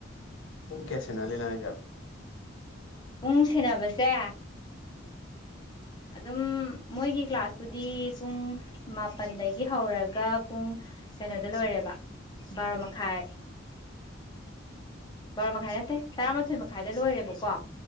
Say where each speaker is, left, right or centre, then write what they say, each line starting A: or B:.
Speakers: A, on the left (about 85°); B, on the left (about 20°).
A: ꯄꯨꯡꯀꯤꯌꯥ ꯁꯦꯅꯍꯜꯂꯤꯅꯣ ꯍꯥꯏꯖꯦ
B: ꯄꯨꯡ ꯁꯦꯟꯅꯕꯁꯦ
A: ꯎꯝ
B: ꯑꯗꯨꯝ ꯃꯣꯏꯒꯤ ꯀ꯭ꯂꯥꯁꯄꯨꯗꯤ ꯄꯨꯡ ꯃꯥꯄꯜꯗꯒꯤ ꯍꯧꯔꯒ ꯄꯨꯡ ꯀꯩꯅꯣꯗ ꯂꯣꯏꯔꯦꯕ ꯕꯔꯣ ꯃꯈꯥꯏ ꯕꯔꯣ ꯃꯈꯥꯏ ꯅꯠꯇꯦ ꯇꯔꯥꯃꯊꯣꯏ ꯃꯛ ꯈꯥꯏꯗ ꯂꯣꯏꯔꯦꯕꯀꯣ